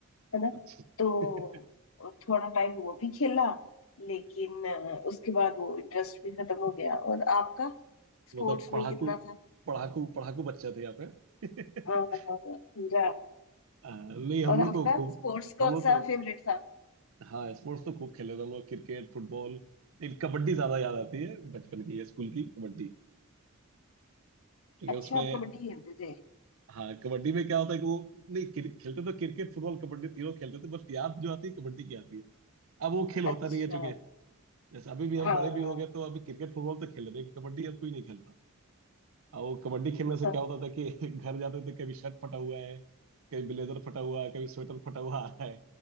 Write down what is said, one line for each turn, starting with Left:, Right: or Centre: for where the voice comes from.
Left: है ना
Right: अच्छा
Left: तो
Right: <laughs>
Left: थोड़ा टाइम वो भी खेला लेकिन अ, उसके बाद वो इंटरेस्ट भी खत्म हो गया और आपका स्पोर्ट्स
Right: मतलब पढ़ाकू
Left: में कितना था
Right: पढ़ाकू पढ़ाकू बच्चा थे आप हैं? <laughs>
Left: हाँ पूरा
Right: आ, नहीं हम
Left: और
Right: लोग
Left: आपका
Right: तो खूब
Left: स्पोर्ट्स कौन
Right: हम लोग
Left: सा
Right: तो
Left: फेवरेट था
Right: हाँ स्पोर्ट्स तो खूब खेले थे हम लोग क्रिकेट फुटबॉल लेकिन कबड्डी ज्यादा याद आती है बचपन की या स्कूल की कबड्डी क्योंकि
Left: अच्छा
Right: उसमें
Left: आप कबड्डी खेलते थे
Right: हाँ कबड्डी में क्या होता है कि वो नहीं क्रि- खेलते तो क्रिकेट फुटबॉल कबड्डी तीनों खेलते थे बस याद जो आती है कबड्डी की आती है अब वो खेल होता
Left: अच्छा
Right: नहीं है चूंकि जैसे अभी भी हम
Left: हाँ
Right: बड़े भी हो गए तो अभी क्रिकेट फुटबॉल तो खेल रहे हैं कबड्डी अब कोई नहीं खेलता और वो कबड्डी खेलने से
Left: हाँ।
Right: क्या होता था कि <laughs> घर जाते थे कभी शर्ट फटा हुआ है कभी ब्लेजर फटा हुआ है कभी स्वेटर फटा हुआ आ रहा है